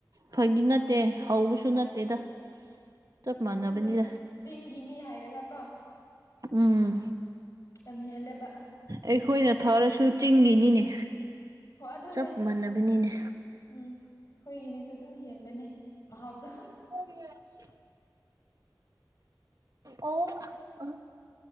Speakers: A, on the right; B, on the left.
A: ꯐꯥꯒꯤ ꯅꯠꯇꯦ ꯍꯧꯕꯁꯨ ꯅꯠꯇꯦꯗ ꯆꯞ ꯃꯥꯟꯅꯕꯅꯤꯗ
B: ꯈꯪꯗꯦ ꯆꯤꯡꯒꯤꯅꯤ ꯍꯥꯏꯔꯒ ꯀꯣ
A: ꯎꯝ
B: ꯌꯥꯝ ꯍꯦꯜꯂꯦꯕ
A: ꯑꯩꯈꯣꯏꯅ ꯊꯥꯔꯁꯨ ꯆꯤꯡꯒꯤꯅꯤꯅꯦ
B: ꯍꯣꯏ ꯑꯗꯨꯅꯦ
A: ꯆꯞ ꯃꯥꯟꯅꯕꯅꯤꯅꯦ
B: ꯎꯝ ꯈꯣꯏꯒꯤꯅꯦꯁꯨ ꯑꯗꯨꯝ ꯍꯦꯟꯕꯅꯦ ꯃꯍꯥꯎꯗꯣ
A: <unintelligible> ꯑꯣ ꯑꯥ